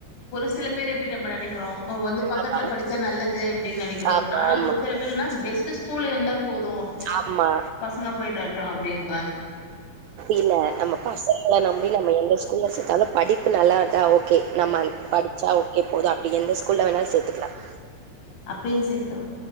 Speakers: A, on the left; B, on the right.
A: ஒரு சில பேர் எப்டி நம்ம நினைக் அப்றோ இப்போ வந்து பக்கத்துல
B: ஆமா,
A: படிச்சா நல்லது அப்டின்னு நெனைக்கிறோம்
B: ஆமா,
A: ஆனா
B: ஆமா,
A: ஒரு சில பேர் என்னா பெஸ்ட்டு ஸ்கூல் இருந்தா போதும்
B: ஆமா.
A: பசங்க போயிட்டு வரட்டும் அப்டின்னு <unintelligible>
B: இல்ல நம்ம பசங்கள நம்பி நம்ம எந்த ஸ்கூல்ல நல்ல படிப்பு நல்லா இருந்தா ஓகே நம்ம படிச்சா ஓகே போதும் அப்டி எந்த ஸ்கூல் உள்ள வேனாலும் சேர்த்துக்கலாம்
A: அப்படின்னு சேர்க்கலா